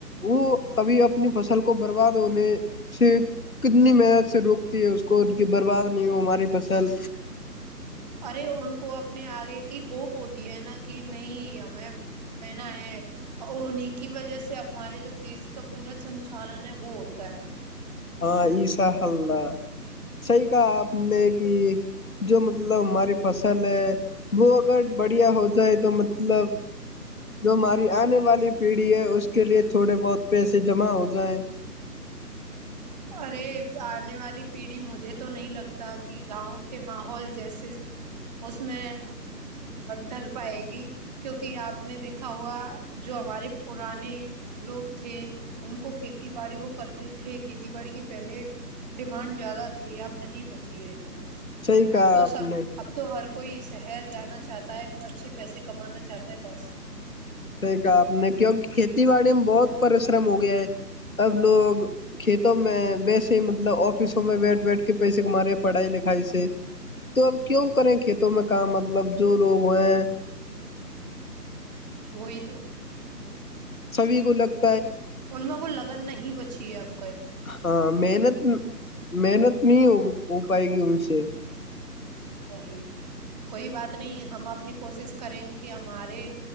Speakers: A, on the left; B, on the right.
A: وہ کبھی اپنی فصل کو برباد ہونے سے کتنی محنت سے روک اس کو کی برباد نہیں ہو ہماری فصل
B: ارے ان کو اپنے آگے کی ہوپ ہوتی ہے نا کہ نہیں ہمیں بنا ہے اور انیں کی وجہ سے ہمارے جو دیس کا پورا سنچالن ہے وہ ہوتا ہے
A: ہاں ایسا حللہ صحیح کہا آپ نے کہ جو مطلب ہماری فصل ہے وہ اگر بڑھیا ہو جائے تو مطلب جو ہماری آنے والی پیڑھی ہے اس کے لیے تھوڑے بہت پیسے جمع ہو جائےیں
B: ارے آنے والی پیڑھی مجھے تو نہیں لگتا کہ گاؤں کے ماحول جیسے اس میں ڈھل پائے گی کیونکہ آپ نے دیکھا ہوا جو ہمارے پرانے لوگ تھے ان کو کھیتی باڑی وہ کرتے تھے کھیتی باڑی کے پہلے ڈیمانڈ زیادہ تھی اب نہیں بچی ہے نہیں
A: صحیح کہا
B: اب تو
A: آپ
B: سب
A: نے
B: اب تو ہر کوئی شہر جانا چاہتا ہے اچھے پیسے کمانا چاہتا ہے بس
A: صحی کہا آپ نے کیوںکہ کھیتی باڑی میں بہت پریشرم ہو گیا ہے اب لوگ کھیتوں میں بییسے مطلب آفسوں میں بیٹھ بیٹھ کے پیسے کما رہے ہیں پڑھائی لکھائی سے تو اب کیوں کریں کھیتوں میں کام مطلب جو لوگ ہو ہیں
B: ہوئی تو
A: سبھی کو لک
B: ان میں وہ لگن نہیں ب اچھی آپ
A: ہاں محنت محنت نہیں ہوگی کو پائے گی ان سے
B: وہی کوئی بات نہیں ہم اپنی کوشش کریں گے کہ ہمارے